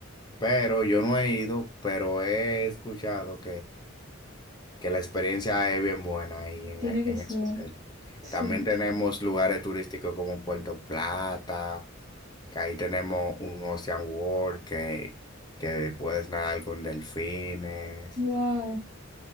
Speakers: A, on the left; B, on the right.
A: Pero yo no he ido, pero he escuchado que la experiencia es bien buena ahí en,
B: tiene
A: e-
B: que
A: en
B: ser,
A: ese hotel.
B: sí,
A: También tenemos lugares turísticos como Puerto Plata, que ahí tenemos un Ocean World que, que puedes nadar con delfines.
B: wow.